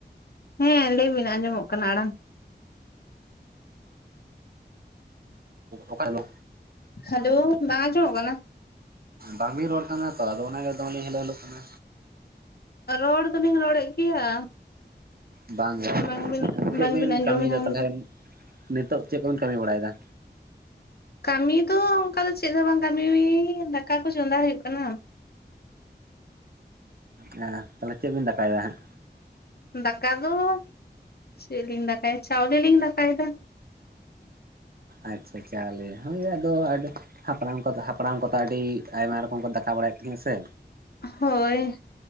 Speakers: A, on the left; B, on the right.
A: ᱦᱮᱸ ᱞᱟᱹᱭᱵᱤᱱ ᱟᱸᱡᱚᱢᱚᱜ ᱠᱟᱱᱟ ᱟᱲᱟᱝ
B: ᱚᱠᱟ ᱨᱮ ᱫᱚ
A: ᱦᱮᱞᱳ ᱵᱟᱝ ᱟᱸᱡᱚᱢᱚᱜ ᱠᱟᱱᱟ
B: ᱵᱟᱝᱵᱤᱱ ᱨᱚᱲ ᱠᱟᱱᱟ ᱛᱚ ᱟᱫᱚ ᱚᱱᱟᱜᱮ ᱫᱚᱢᱮ ᱞᱤᱧ ᱦᱮᱞᱳ ᱦᱮᱞᱳᱜ ᱠᱟᱱᱟ
A: ᱨᱚᱲ ᱫᱚᱞᱤᱧ ᱨᱚᱲᱮᱫ ᱜᱮᱭᱟ
B: ᱵᱟᱝᱜᱮ
A: ᱵᱟᱝᱵᱤᱱ
B: ᱪᱮᱫ
A: ᱵᱟᱝᱵᱤᱱ
B: ᱵᱤᱱ
A: ᱟᱸᱡᱚᱢ
B: ᱠᱟᱹᱢᱤᱭᱮᱫᱟ
A: ᱧᱟᱢᱫᱟ
B: ᱛᱟᱦᱚᱞᱮ ᱱᱤᱛᱚᱜ ᱪᱮᱫ ᱠᱚᱵᱤᱱ ᱠᱟᱹᱢᱤ ᱵᱟᱲᱟᱭᱮᱫᱟ
A: ᱠᱟᱹᱢᱤ ᱫᱚ ᱚᱱᱠᱟ ᱫᱚ ᱪᱮᱫ ᱦᱚ ᱵᱟᱝ ᱠᱟᱹᱢᱤ ᱫᱟᱠᱟ ᱠᱚ ᱪᱚᱸᱫᱟ ᱦᱩᱭᱩᱜ ᱠᱟᱱᱟ
B: ᱦᱮᱸ ᱛᱟᱦᱚᱞᱮ ᱪᱮᱫ ᱵᱤᱱ ᱫᱟᱠᱟᱭᱮᱫᱟ ᱦᱟᱸᱜ?
A: ᱫᱟᱠᱟ ᱫᱚ ᱪᱮᱫ ᱞᱤᱧ ᱫᱟᱠᱟᱭᱟ ᱪᱟᱣᱞᱮ ᱞᱤᱧ ᱫᱟᱠᱟᱭᱫᱟ᱾ <inaudible>
B: ᱟᱪᱪᱷᱟ ᱪᱟᱣᱞᱮ ᱦᱩᱭ ᱟᱫᱚ ᱦᱟᱯᱲᱟᱢ ᱠᱚᱫᱚ ᱦᱟᱯᱲᱟᱢ ᱠᱚᱫᱚ ᱟᱹᱰᱤ ᱟᱭᱢᱟ ᱨᱚᱠᱚᱢ ᱠᱚ ᱫᱟᱠᱟ ᱵᱟᱲᱟᱭᱮᱫ ᱛᱟᱦᱮᱸ ᱟᱥᱮ᱾
A: ᱦᱳᱭᱻ